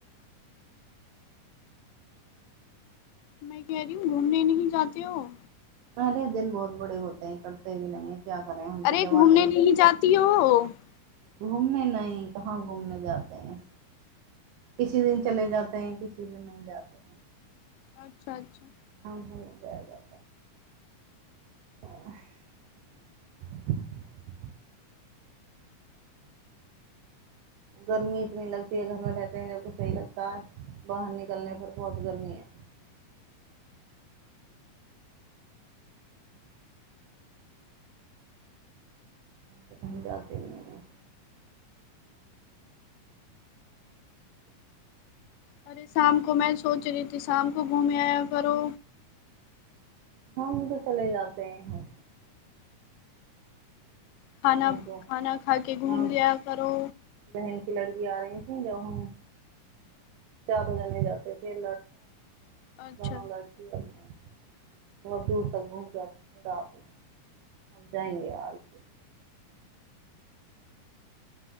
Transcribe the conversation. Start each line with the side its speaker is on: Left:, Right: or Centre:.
Left: मैं कह रही हूँ घूमने नहि जाती हो।
Right: अरे दिन बहुत बड़े होते है करते भी नहीं क्या करें हम तो
Left: अरे
Right: जवा
Left: घूमने
Right: तोड़
Left: नहीं जाती हो। हो <inaudible>
Right: घूमने नहीं कहाँ घूमने जाते हैं किसी दिन चले जाते है किसी दिन नहीं जाते है।
Left: अच्छा अच्छा
Right: हँ ह म जाएगा त <unintelligible> गर्मी इतनी लगती है घरमे रहते है तो सही लगता है बाहर निकलने पर बहुत गर्मी है। कही जाते नहीं है।
Left: अरे शाम को में सोच रही ती शाम को घूमने आया करो।
Right: हँ हम तो चले जाते है।
Left: ह <inaudible>
Right: को
Left: खाना खा के घूम
Right: हाँ
Left: लिया करो।
Right: बहन की लड़की आ रही थी जब हम चारो लोग जाते थे।
Left: अच्छा
Right: बनो लड़की अपने <unintelligible> बत दूर तक घूम जा क रतमे <unintelligible> जाएंगे आज से